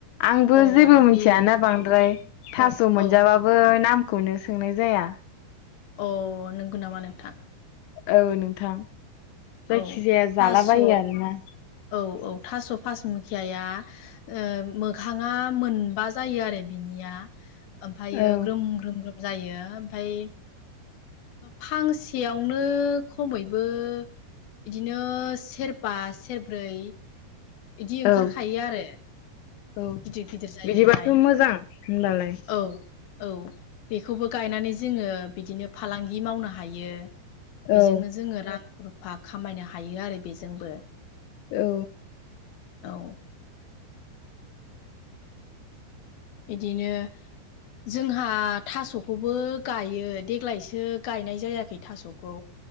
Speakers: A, on the left (about 85°); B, on the left (about 60°).
A: आंबो
B: अ
A: जेबो मिथियाना
B: बे
A: बांद्राय, थास'
B: औ
A: मोनजाबाबो
B: औ
A: नाम खौनो सोंनाय जाया।
B: अह नंगौ नामा नोंथां?
A: औ नोंथां। जायखिजाया
B: औ थास'
A: जालाबायो आरोना
B: औ औ थास' पासमुखियाया ओ मोखाङा मोनबा जायो आरो बिनिया। ओमफ्रायो
A: औ
B: ग्रोम ग्रोम ग्रोम जायो। ओमफाय फांसेयावनो खमैबो बिदिनो सेरबा सेरब्रै बिदि
A: औ
B: ओंखारखायो आरो,
A: औ
B: गिदिर गिदिर जायो
A: बिदिबाथ'
B: नालाय।
A: मोजां होनबालाय
B: औ औ बेखौबो गायनानै जोङो बिदिनो फालांगि मावनो हायो। बेजोंनो
A: औ
B: जोङो रां रुफा खामायनो हायो आरो बेजोंबो।
A: औ।
B: औ। बिदिनो जोंहा थास' खौबो गायो देग्लायसो गायनाय जायाखै थास'खौ।